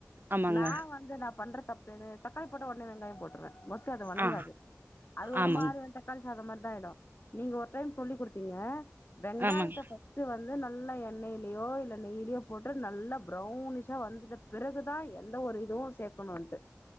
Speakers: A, on the right (about 45°); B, on the left (about 50°).
A: ஆமாங்க
B: நா வந்து நா பண்ற தப் பு எது தக்காளி போட்டா ஒடனே வெங்காயோ போட்ருவே மோஸ்ட்லி அது வணங்காது
A: ஆ
B: அது ஒரு
A: ஆமாங்க
B: மாரி வந்து தக்காளி சாதோ மாரி தா ஆய்டு நீங்க ஒரு டைம் சொல்லி குடுத்தீங்க வெங்காயத்த
A: ஆமாங்க
B: ஃபஸ் ட்டு வந்து நல்லா எண்ணய்லயோ இல்ல நெய்லயோ போட்டு நல்லா ப்ரௌனிஷா வந்துட்ட பிறகுதா எந்த ஒரு இதுவு சேக்கணுன்ட்டு